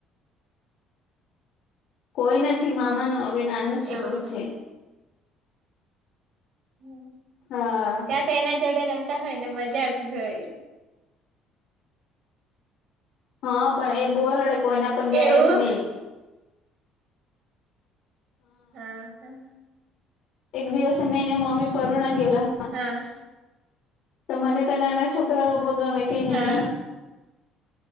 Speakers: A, on the left; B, on the right.
A: કોઈ નથી મામાનું હવે નાનું છોકરું
B: એવું
A: છે
B: હમ
A: હા
B: ત્યાં તો એના જોડે રમતા હોય ને મજા આવતી હોય
A: હા પણ એ બહુ રડે કોઈના પર જાય
B: એવું.
A: જ નહી
B: હા હા
A: એક દિવસે મે ને મમ્મી પરુણા ગેલા
B: હા
A: તો મને તો નાના છોકરાઓ બો ગમે કે નહી
B: હા